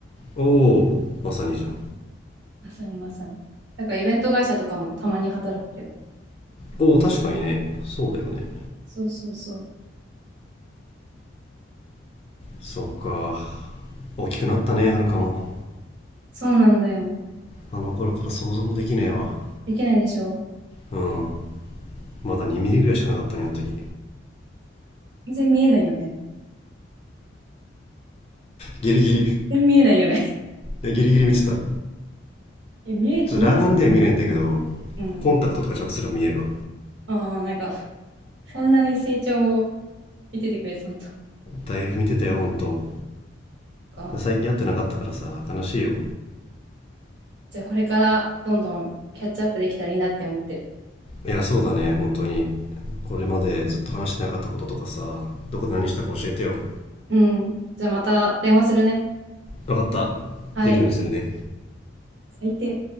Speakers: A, on the left; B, on the right.
A: おおまさにじゃん
B: まさにまさに。だからイベント会社とかもたまに働くけど。
A: おお確かにねそうだよね
B: そうそうそう。
A: そうか大きくなったねはるかも
B: そうなんだよ。
A: あの頃から想像もできねえわ
B: できないでしょ。
A: うんまだ2ミリぐらいしかなかったねあの時
B: 全然見えないよね。
A: ギリギリい
B: 全然見えないよね。
A: やギリギリ見てたち
B: <laughs> え、見え、見え、
A: ょっと裸眼では見れんだけど
B: うん。
A: コンタクトとかちゃんとすれば見えるわ
B: ああ、なんか、そんなに成長を見ててくれてたのと
A: だいぶ見てたよほんと
B: か。
A: 最近会ってなかったからさ悲しいよ
B: じゃあこれからどんどんキャッチアップできたらいいなって思ってる。
A: いやそうだね本当にこれまでずっと話してなかったこととかさどこで何したか教えてよ
B: うん。じゃあまた電話するね。
A: 分かった出るようにするね
B: はい。最低。